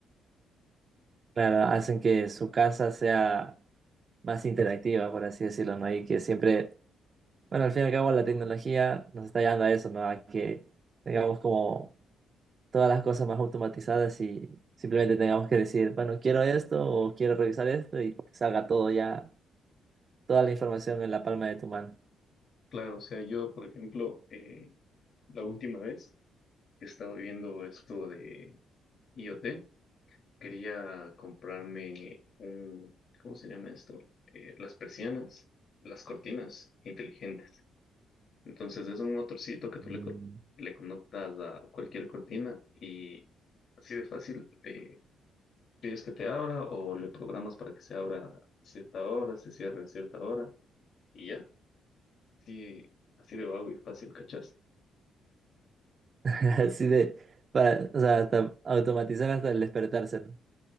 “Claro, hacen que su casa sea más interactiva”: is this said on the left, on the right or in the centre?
Right